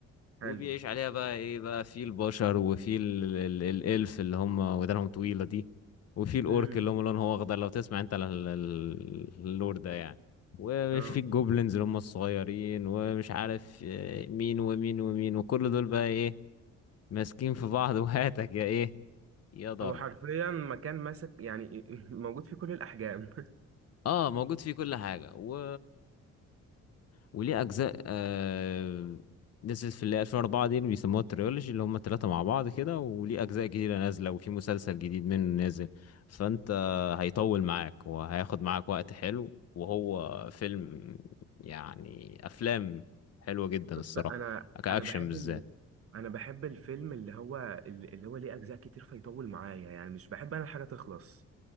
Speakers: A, on the right; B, on the left.
A: حلو
B: وبيعيش عليها بقى ايه بقى في البشر وفي ال- ال- ال- الالف اللي هم ودانهم طويلة دي وفي الاورك
A: امم
B: اللي هم لونهم اخضر لو تسمع انت ال- ال- ال- اللور ده يعني ومش
A: اه
B: في الجوبلينز اللي هم الصغيرين ومش عارف آه، مين ومين ومين وكل دول بقى ايه ماسكين في بعض <laughs> وهاتك يا ايه يا ضرب
A: هو حرفيا مكان ماسك يعني <laughs> موجود في كل الاحجام
B: اه موجود فيه كل حاجة و وليه أجزاء آه... نزلت في اللي 2004 دي اللي بيسموها التريولوجي اللي هم التلاتة مع بعض كده وليه أجزاء جديدة نازلة وفي مسلسل جديد منه نازل فأنت هيطول معاك وهياخد معاك وقت حلو وهو فيلم يعني أفلام حلوة جدا الصراحة
A: بص انا
B: كأكشن
A: انا بحب
B: بالذات
A: ال... انا بحب الفيلم اللي هو اللي هو ليه اجزاء كتير فيطول معايا يعني مش بحب انا الحاجه تخلص